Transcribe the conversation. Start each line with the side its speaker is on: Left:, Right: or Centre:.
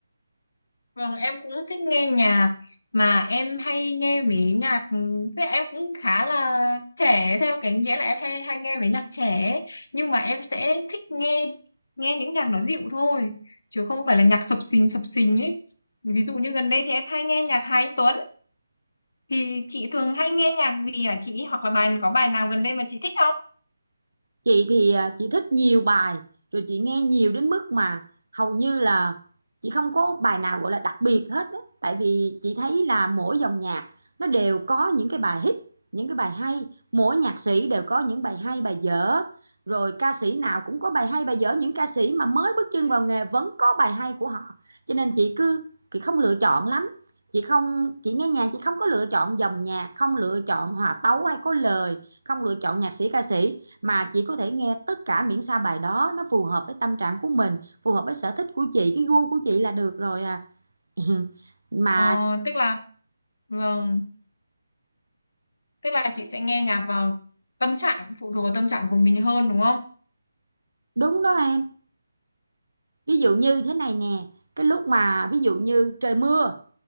Left: Vâng, em cũng thích nghe nhạc mà em hay nghe mấy nhạc thế em cũng khá là trẻ theo cái nghĩa là em hay hay nghe mấy nhạc trẻ ấy. nhưng mà em sẽ thích nghe nghe những nhạc nó dịu thôi chứ không phải là nhạc sập sình sập sình ấy. Ví dụ như gần đây thì em hay nghe nhạc Hà Anh Tuấn thì chị thường hay nghe nhạc gì hả chị hoặc là bài có bài nào gần đây mà chị thích không?
Right: chị thì à, chị thích nhiều bài rồi chị nghe nhiều đến mức mà hầu như là chị không có bài nào gọi là đặc biệt hết á tại vì chị thấy là mỗi dòng nhạc nó đều có những cái bài hit những cái bài hay mỗi nhạc sĩ đều có những bài hay bài dở rồi ca sĩ nào cũng có bài hay bài dở những ca sĩ mà mới bước chân vào nghề vẫn có bài hay của họ cho nên chị cứ chị không lựa chọn lắm chị không chị nghe nhạc chị không có lựa chọn dòng nhạc không lựa chọn hòa tấu hay có lời không lựa chọn nhạc sĩ ca sĩ mà chị có thể nghe tất cả miễn sao bài đó nó phù hợp với tâm trạng của mình, phù hợp với sở thích của chị, cái gu của chị là được rồi à. <laughs> Mà
Left: Ờ, tức là vâng, tức là chị sẽ nghe nhạc vào tâm trạng phụ thuộc vào tâm trạng của mình hơn đúng không?
Right: đúng đó em, ví dụ như thế này nè, cái lúc mà ví dụ như trời mưa